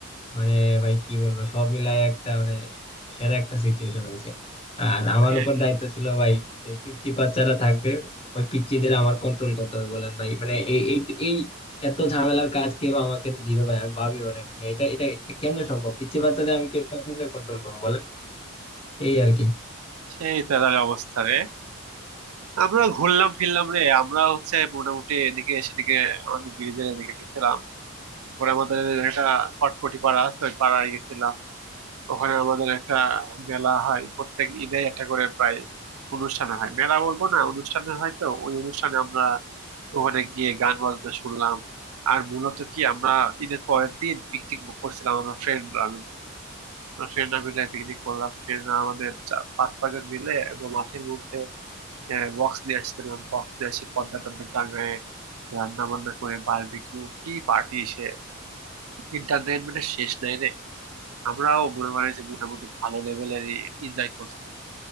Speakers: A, on the left (about 25°); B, on the right (about 80°).
A: মানে ভাই কি বলবো সব মিলাই একটা মানে সেরা একটা সিচুয়েশন হয়েছে আর আমার
B: এই-
A: উপর দায়িত্ব ছিল ভাই যে পিচ্চি বাচ্চারা থাকবে ওই পিচ্চিদের আমার কন্ট্রোল করতে হবে বলেন ভাই মানে এই এই এই এত ঝামেলার কাজ কেউ আমাকে দিবে ভাই আমি ভাবিও না মানে এটা এটা এটা কেমনে সম্ভব পিচ্চি বাচ্চাদের আমি কেমনে কন্ট্রোল করবো বলেন এই আর কি
B: সেই তাদের অবস্থা রে আমরা ঘুরলাম ফিরলাম রে আমরা হচ্ছে মোটামুটি এদিকে সেদিকে আমাদের ব্রিজের এদিকে গেছিলাম তারপরে আমাদের একটা কটকটি পাড়া আছে ওই পাড়ায় গেছিলাম ওখানে আমাদের একটা মেলা হয় প্রত্যেক ঈদে একটা করে প্রায় অনুষ্ঠান হয় মেলা বলবো না অনুষ্ঠান হয় তো ওই অনুষ্ঠানে আমরা ওখানে গিয়ে গান বাজনা শুনলাম আর মূলত কি আমরা ঈদের পরের দিন পিকনিক বুক করছিলাম আমরা ফ্রেন্ডরা মিলে আমরা ফ্রেন্ডরা মিলে পিকনিক করলাম ফ্রেন্ডরা আমাদের চা- পাঁচ ছয়জন মিলে এবং মাঠের মধ্যে বক্স নিয়ে আসছিলাম বক্স নিয়ে এসে পর্দা টর্দা টাঙায় রান্না বান্না করে বারবিকিউ কি পার্টি সে এন্টারটেনমেন্টের শেষ নাই রে আমরাও মনে করেন যে মোটামুটি ভালো লেভেলের এনজয় করছি